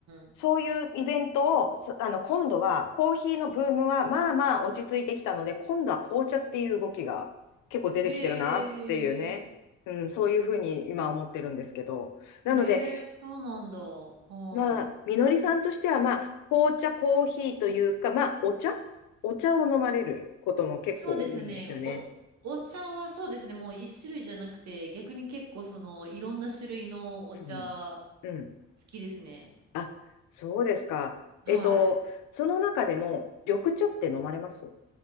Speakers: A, on the right (about 65°); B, on the left (about 80°).
A: ん。
B: そういうイベントを、すあの、今度は、コーヒーのブームは、まあまあ落ち着いてきたので、今度は紅茶っていう動きが結構出てきてるなっていうね、
A: へえ。
B: うん、そういうふうに今思ってるんですけど。なので、
A: へえ、そうなんだ。はい。
B: まあ、みのりさんとしては、まあ、紅茶、コーヒーというか、まあ、お茶お茶を飲まれることも結構多いんですよね。
A: そうですね。お、お茶はそうですね。もう一種類じゃなくて、逆に結構その、いろんな種類のお茶、
B: うん。うん。
A: 好きですね。
B: あ、そうですか。
A: はい。
B: えっと、その中でも、緑茶って飲まれます